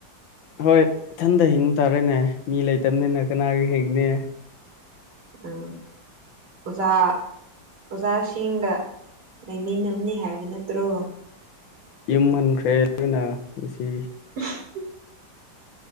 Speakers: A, on the left; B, on the right.
A: ꯍꯣꯏ ꯏꯊꯟꯇ ꯍꯤꯡꯕ ꯇꯥꯔꯦꯅꯦ ꯃꯤ ꯂꯩꯇꯕꯅꯤꯅ ꯀꯅꯥꯒ ꯍꯤꯡꯅꯤ
B: ꯑꯝ ꯑꯣꯖꯥ ꯑꯣꯖꯥꯁꯤꯡꯒ ꯂꯩꯃꯤꯟꯅꯕꯅꯤ ꯍꯥꯏꯕ ꯅꯠꯇ꯭ꯔꯣ
A: ꯌꯨꯝ ꯍꯟꯈ꯭ꯔꯦ ꯂꯣꯏꯅ ꯉꯁꯤ
B: <unintelligible>